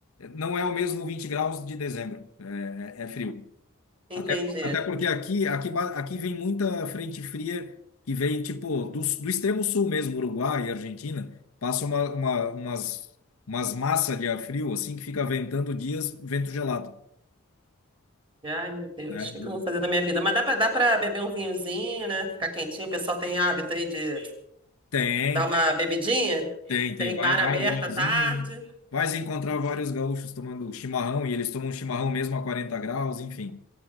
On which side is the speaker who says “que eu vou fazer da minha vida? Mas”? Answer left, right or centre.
Right